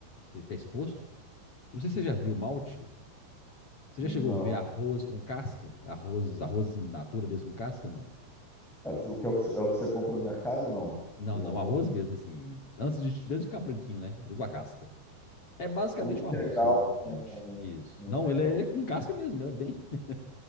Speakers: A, on the left; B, in the centre.
A: Pra ele ficar exposto. Eu não sei se você já viu o malte. Você
B: Não.
A: já chegou a ver arroz com casca? Arroz, arroz in natura mesmo com casca? Não.
B: É, o que é o que você é o que você compra no mercado? Não.
A: Não,
B: Você compra
A: não, arroz
B: no mercado.
A: mesmo, assim. Antes de, antes de ficar branquinho, né? Ele com a casca. É basicamente
B: O integral
A: um arroz, o, o
B: também
A: malte.
B: não, não
A: Isso.
B: não
A: Não,
B: é legal.
A: ele é com casca mesmo, ele é bem. <laughs>